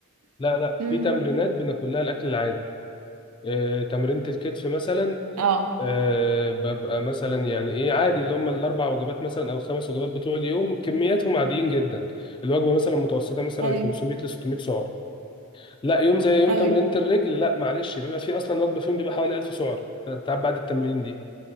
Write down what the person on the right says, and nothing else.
امم
اه
ايوه
ايوه